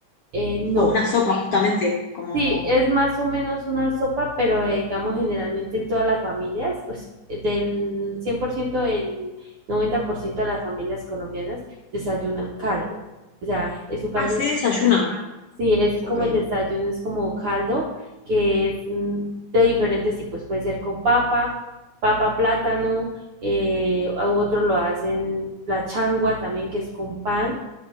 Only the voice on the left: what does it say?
o una sopa justamente, como...
Ah, se desayuna,
ok.